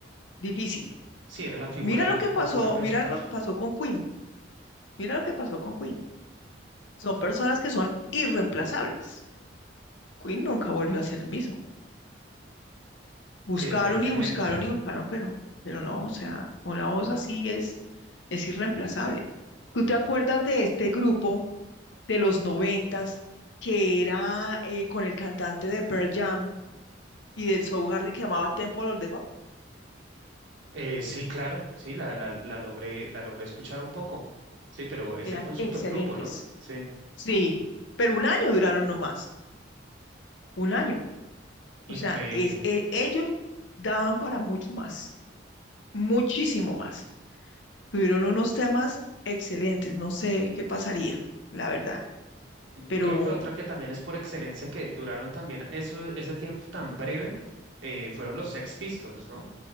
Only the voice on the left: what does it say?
difícil.
Mira lo que pasó,
mira lo que pasó con Queen, mira lo que pasó con Queen. Son personas que son irreemplazables. Queen nunca volvió a ser el mismo. Buscaron
y buscaron y buscaron, pero, pero no, o sea, una voz así es, es irreemplazable. ¿Tú te acuerdas de este grupo de los noventas que era eh, con el cantante de Pearl Jam y del Soundgarden que llamaba Temple of the Dog?
Eran
excelentes.
Sí, pero un año duraron nomás, un año.
O sea, es, e- ellos daban para mucho más, muchísimo más. Tuvieron unos temas excelentes, no sé qué pasaría, la verdad.
Pero